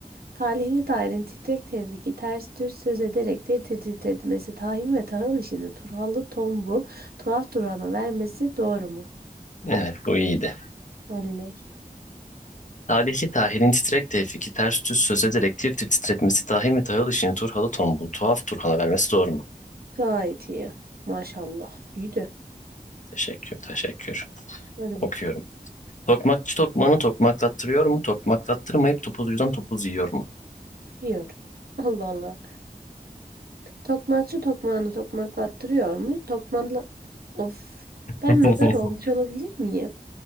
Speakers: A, on the right; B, on the left.
A: Talihli dairin titrek tevfiki ters düz söz ederektir tir- titretmesi tahin ve tahıl işini turhallı tombul tuhaf durana vermesi doğru mu?
B: Evet bu iyiydi.
A: Oley.
B: Talihli Tahir'in titrek tevfiki ters düz söz ederek tir tir titretmesi Tahir ve Tahıl işini Turhalı tombul tuhaf Turhan'a vermesi doğru mu?
A: Gayet iyi. Maşallah. İyi de.
B: Teşekkür teşekkür.
A: Hadi bakalım.
B: Okuyorum. Tokmakçı tokmanı tokmaklattırıyor mu? Tokmaklattırmayıp topuzcudan topuz yiyor mu?
A: Yiyor. <laughs> Allah Allah. Tokmakçı tokmağını tokmaklattırıyor mu? Tokmakla... Of.
B: <laughs>
A: Ben nazar olmuş olabilir miyim?